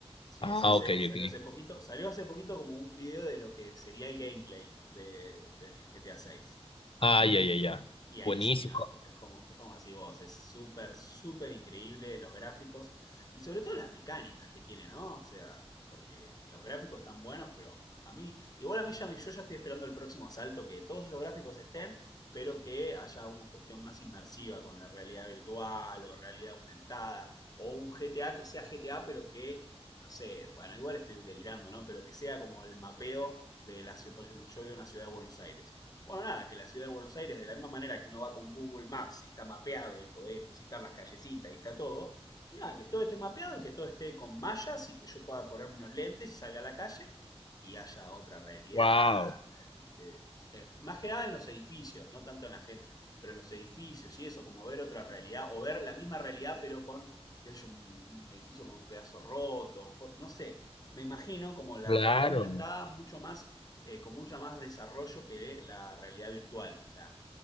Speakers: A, on the left; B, on the left.
A: Si
B: Ah,
A: es ese,
B: ok,
A: que salió
B: ok.
A: hace poquito. Salió hace poquito como un video de lo que sería el gameplay de, del GTA VI.
B: Ah, ya, ya, ya.
A: Y ahí
B: Buenísimo.
A: sí, nada, es co- es como, es como decís vos, es súper, súper increíble los gráficos y sobre todo las mecánicas que tiene, ¿no? O sea, porque los gráficos están buenos, pero a mí, igual a mí ya me- yo ya estoy esperando el próximo salto, que todos esos gráficos estén, pero que haya una cuestión más inmersiva con la realidad virtual o realidad aumentada, o un GTA que sea GTA, pero que, no sé, bueno, igual estoy delirando, ¿no? Pero que sea como el mapeo de la ciudad, por ejemplo, yo vivo en la ciudad de Buenos Aires. Bueno, nada, que la ciudad de Buenos Aires, de la misma manera que uno va con Google Maps y está mapeado y podés visitar las callecitas y está todo, y nada, que todo esté mapeado y que todo esté con mallas y que yo pueda ponerme unos lentes y salga a la calle y haya otra realidad.
B: Wow.
A: eh, eh, eh, más que nada en los edificios, no tanto en la gente, pero en los edificios y eso, como ver otra realidad o ver la misma realidad pero con, qué sé yo, un, un edificio con un pedazo roto, co- no sé, me imagino como la
B: Claro.
A: realidad aumentada mucho más eh, con mucho más desarrollo que la realidad virtual. O sea,